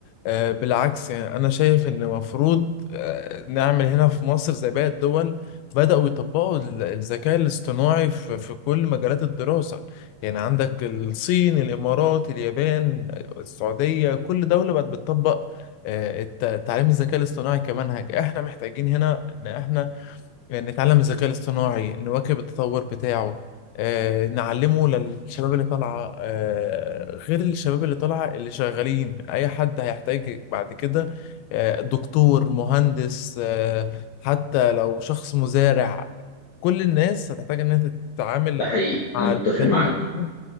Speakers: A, on the left; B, on the left.
A: آه، بالعكس يعني انا شايف ان المفروض آه، نعمل هنا في مصر زي باقي الدول بدأوا يطبقوا ال- الذكاء الاصطناعي في في كل مجالات الدراسة يعني عندك الصين الامارات اليابان السعودية كل دولة بقت بتطبق آه، الت- تعليم الذكاء الاصطناعي كمنهج احنا محتاجين هنا ان احنا يعني نتعلم الذكاء الاصطناعي نواكب التطور بتاعه آه، نعلمه للشباب اللي طالعة آه، غير الشباب اللي طالعة اللي شغالين أي حد هيحتاج بعد كده آه، دكتور مهندس آه، حتى لو شخص مزارع كل الناس هتحتاج إنها تتعامل
B: ده حقيقي
A: مع
B: انا متفق
A: الذكاء
B: معاك
A: الاصطناعي